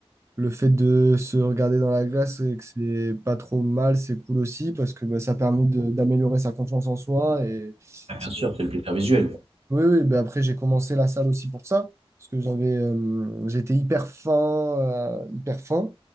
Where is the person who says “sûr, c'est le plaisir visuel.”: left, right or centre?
Right